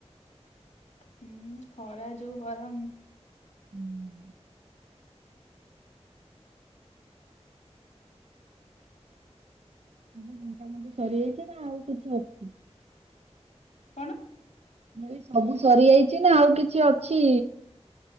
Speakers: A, on the left; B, on the right.
A: ହୁଁ ଖରା ଯୋଉ ଗରମ।
B: ହୁଁ। ସବୁ ମଣ୍ଟାମଣ୍ଟି ସରିଯାଇଛି ନା ଆଉ କିଛି ଅଛି?
A: କଣ?
B: ମୁଁ କହିଲି ସବୁ ସରି ଯାଇଛି ନା ଆଉ କିଛି ଅଛି?